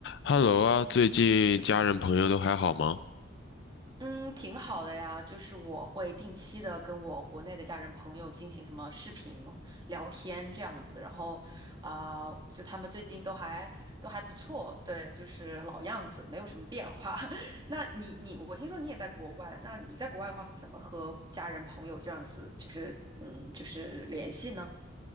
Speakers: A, on the left (about 65°); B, on the right (about 25°).
A: Hello 啊，最近家人朋友都还好吗？
B: 嗯，挺好的呀，就是我会定期的跟我国内的家人朋友进行什么视频聊天这样子，然后啊、就他们最近都还都还不错，对，就是老样子，没有什么变化。<laughs> 那你你，我听说你也在国外，那你在国外的话，怎么和家人朋友这样子，就是嗯，就是联系呢？